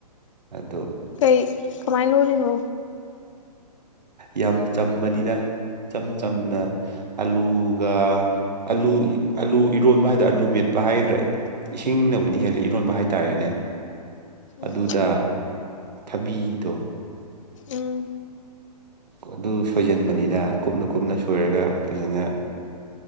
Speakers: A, on the right (about 80°); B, on the left (about 50°).
A: ꯑꯗꯣ
B: ꯀꯩ ꯀꯃꯥꯏꯅ ꯂꯣꯜꯔꯤꯅꯣ
A: ꯌꯥꯝ ꯆꯝꯕꯅꯤꯗ ꯏꯆꯝ ꯆꯝꯅ ꯑꯂꯨꯒ ꯑꯂꯨ ꯑꯂꯨ ꯏꯔꯣꯟꯕ ꯍꯥꯏꯗ ꯑꯥꯂꯨ ꯃꯦꯠꯄ ꯍꯥꯏꯒꯗ꯭ꯔꯥ ꯏꯁꯤꯡꯅꯕꯨꯗꯤ ꯍꯦꯜꯂ ꯏꯔꯣꯟꯕ ꯍꯥꯏꯇꯥꯔꯦꯅꯦ
B: ꯎꯝ
A: ꯑꯗꯨꯗ ꯊꯕꯤꯗꯣ
B: ꯎꯝ
A: ꯑꯗꯨ ꯁꯣꯏꯖꯟꯕꯅꯤꯗ ꯀꯨꯞꯅ ꯀꯨꯞꯅ ꯁꯣꯏꯔꯒ ꯐꯖꯅ